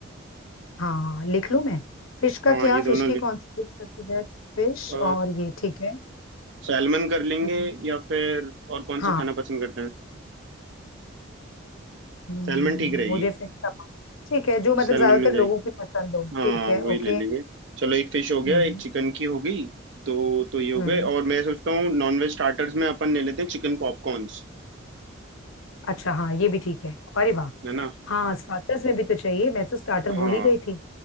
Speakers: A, on the left; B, on the right.
A: हाँ लिख लूँ मैं फिश का
B: हाँ
A: क्या
B: ये दोनों
A: फिश की
B: ले,
A: कौन सी डिश सबसे बेस्ट फिश
B: अ,
A: और ये ठीक है
B: सैलमन कर लेंगे
A: हम्म,
B: या फिर और कौन
A: हाँ
B: सी खाना पसंद करते हैं
A: हम्म,
B: सैलमन ठीक रहेगी
A: मुझे फिश का पा- ठीक है जो मतलब
B: सैलमन
A: ज्यादातर
B: मिल जाएगी
A: लोगों की पसंद हो
B: हाँ
A: ठीक है
B: वही
A: ओके
B: ले लेंगे चलो एक फिश हो गया
A: हम्म
B: एक चिकन की हो गई दो तो ये हो
A: हम्म
B: गए और मैं सोचता हूँ नॉनवेज स्टार्टर्स में अपन ले लेते हैं चिकन पॉपकॉर्न्स
A: अच्छा हाँ ये भी ठीक है अरे वाह
B: है ना
A: हाँ स्टार्टर्स में भी तो चाहिए मैं तो स्टार्टर भूल
B: हाँ
A: ही गई थी